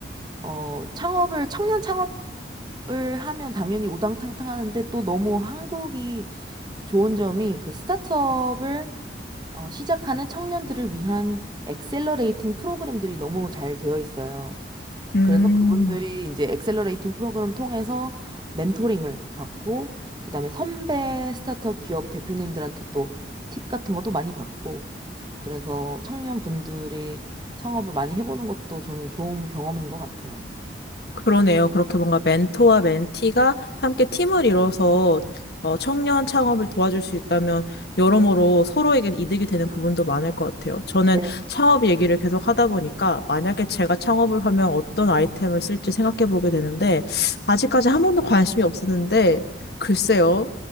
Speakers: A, on the right; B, on the left.
A: 어, 창업을, 청년 창업을 하면 당연히 우당탕탕 하는데 또 너무 한국이 좋은 점이 그 스타트업을 어, 시작하는 청년들을 위한 엑셀러레이팅 프로그램들이 너무 잘 되어 있어요.
B: 음.
A: 그래서 그분들이 이제 엑셀러레이팅 프로그램 통해서 멘토링을 받고, 그다음에 선배 스타트업 기업 대표님들한테 또 팁 같은 것도 많이 받고, 그래서 청년분들이 창업을 많이 해보는 것도 저는 좋은 경험인 것 같아요.
B: 그러네요. 그렇게 뭔가 멘토와 멘티가 함께 팀을 이뤄서 어, 청년 창업을 도와줄 수 있다면 여러모로 서로에게 이득이 되는 부분도 많을 것 같아요. 저는
A: 네.
B: 창업 얘기를 계속 하다 보니까 만약에 제가 창업을 하면 어떤 아이템을 쓸지 생각해 보게 되는데 아직까지 한 번도 관심이 없었는데 글쎄요.